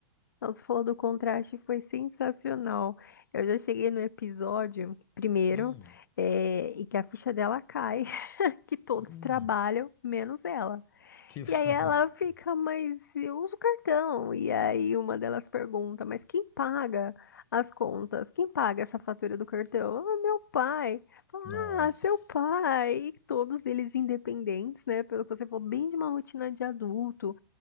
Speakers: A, on the left (about 70°); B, on the left (about 35°).
A: Nossa, falou do contraste, foi sensacional. Eu já cheguei no episódio primeiro,
B: Hum,
A: é, e que a ficha dela cai, <laughs> que todos
B: hum,
A: trabalham, menos ela.
B: que. <laughs>
A: E aí ela fica, mas eu uso cartão. E aí uma delas pergunta, mas quem paga as contas? Quem paga essa fatura do cartão? Ah, meu pai. Fala,
B: Nossa.
A: Ah, seu pai. E todos eles independentes, né? Pelo que você falou, bem de uma rotina de adulto,